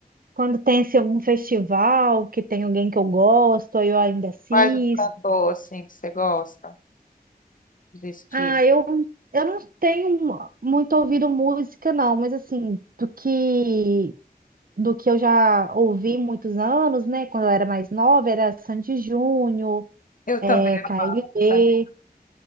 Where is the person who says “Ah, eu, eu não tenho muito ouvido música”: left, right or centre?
Right